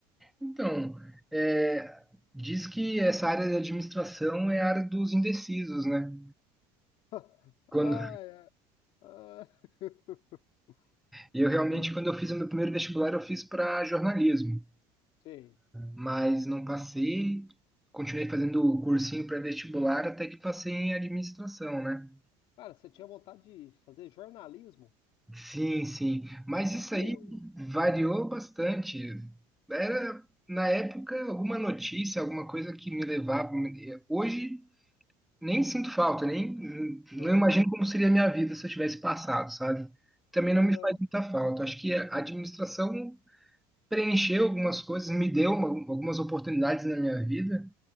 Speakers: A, in the centre; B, on the left.
A: Então, é, diz que essa área de administração é a área dos indecisos, né?
B: <laughs>
A: Quando,
B: Ah, é. Ah, <laughs>
A: eu
B: entendi.
A: realmente, quando eu fiz o meu primeiro vestibular, eu fiz para jornalismo,
B: Sei.
A: mas não passei. Continuei fazendo o cursinho pré-vestibular até que passei em administração, né?
B: Cara, você tinha vontade de fazer jornalismo?
A: Sim, sim. Mas
B: Por
A: isso
B: quê?
A: aí
B: eu-
A: variou bastante. Era, na época, alguma notícia, alguma coisa que me levava. Hoje, nem sinto falta, nem não
B: Aham,
A: imagino como seria a minha vida se eu tivesse passado, sabe? Também
B: aham,
A: não me faz muita falta. Acho que a administração preencheu algumas coisas, me deu uma- algumas oportunidades na minha vida